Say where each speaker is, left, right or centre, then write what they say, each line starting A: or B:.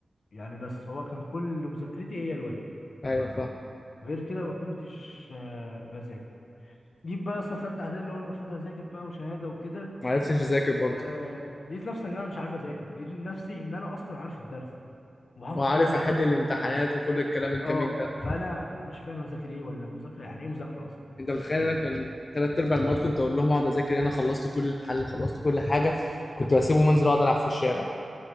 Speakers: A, on the left; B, on the left.
A: يعني بس هو كان كل مذاكرتي هي الواجب
B: ايوه
A: اللي بعمله
B: فاهم
A: غير كده ما كنتش آه، بذاكر جيب بقى يا اسطى في تالتة إعدادي اللي هو المفروض هذاكر بقى وشهادة وكده
B: ما عرفتش اذاكر برضه
A: آه، لقيت نفسي ان انا مش عارف اذاكر لقيت نفسي ان انا اصلا عارف الدرس وحافظ
B: وعارف
A: كل حاجه
B: احل
A: وفاكر
B: الامتحانات
A: كل حاجه
B: وكل الكلام الجميل
A: اه
B: ده
A: فانا انا مش فاهم اذاكر ايه ولا المذاكره يعني ايه مذاكره اصلا
B: انت
A: انا
B: متخيل
A: مش فاهم يعني
B: انا كان
A: ايه مذاكره
B: ثلاث ارباع المواد كنت اقول لهم اقعد اذاكر انا خلصت كل الحل خلصت كل حاجه كنت بسيبه منزل اقعد العب في الشارع